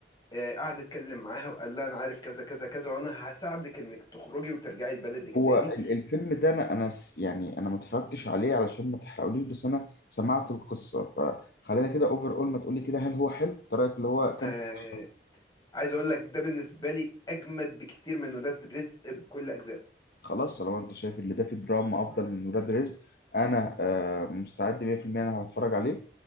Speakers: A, on the left; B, on the left.
A: آه، قعد يتكلم معاها وقال لها انا عارف كذا كذا كذا وانا هساعدك انك تخرجي وترجعي لبلدك
B: هو
A: تاني
B: ال- الفيلم ده انا انا س- يعني انا ما اتفرجتش عليه علشان ما تحرقوليش بس انا سمعت القصه فخلينا كده اوفر اول ما تقولي كده هل هو حلو إنت رايك اللي هو كم
A: آه،
B: <laughs>
A: عايز اقول لك ده بالنسبه لي اجمد بكتير من ولاد رزق بكل اجزائه
B: خلاص طالما انت شايف اللي ده فيه دراما افضل من ولاد رزق انا آه، مستعد 100% انا هتفرج عليه